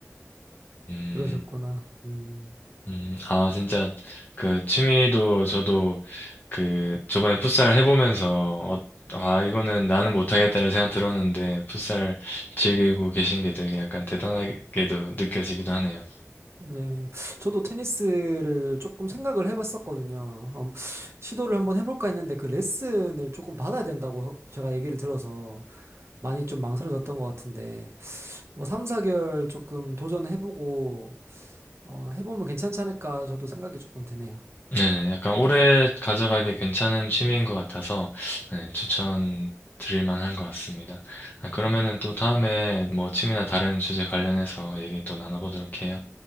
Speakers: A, on the left (about 35°); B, on the right (about 55°).
A: 음,
B: 그러셨구나. 음.
A: 음, 아, 진짜, 그, 취미도 저도, 그, 저번에 풋살 해보면서, 어, 아, 이거는 나는 못하겠다는 생각 들었는데, 풋살 즐기고 계신 게 되게 약간 대단하게도 느껴지기도 하네요.
B: 네. 저도 테니스를 조금 생각을 해봤었거든요. 음, 시도를 한번 해볼까 했는데 그 레슨을 조금 받아야 된다고 제가 얘기를 들어서 많이 좀 망설여졌던 것 같은데 뭐 3, 4개월 조금 도전해보고 어, 해보면 괜찮지 않을까 저도 생각이 조금 드네요.
A: 네네, 약간 오래 가져가기 괜찮은 취미인 것 같아서, 네, 추천 드릴 만한 것 같습니다. 아,
B: 음,
A: 그러면은 또 다음에 뭐 취미나 다른 주제 관련해서 얘기 또 나눠보도록 해요.